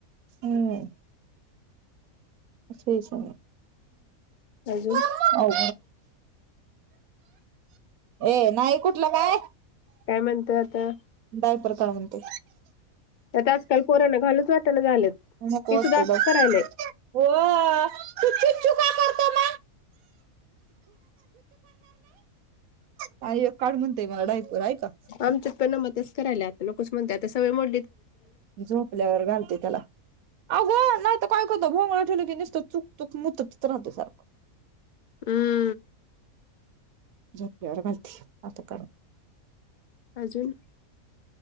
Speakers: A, on the right (about 75°); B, on the left (about 55°).
A: हम्म तेच.
B: अजून
A: हो ए नाही कुठलं काय
B: काय म्हणतोय आता
A: दय प्ररकार म्हणते.
B: त्याता आजकाल कोरोना घालूच वाटायला झालेत
A: नको
B: हे
A: वाटतंय
B: सुद्धा असं
A: बाई.
B: करायलाय.
A: हो चू चुक चु का करतो म. नाही काढ म्हणतेय मला डायपूर आहे का?
B: आमच पणना मतच करायला आता नकस म्हणते आता सय मो
A: झोपल्यावर घालते त्याला अघं नाही तर काय करतं भोंगला ठेवलं की नसत चक चूक मुतच राहत सारखं.
B: हम्म
A: झपली माहि आता काून
B: अजून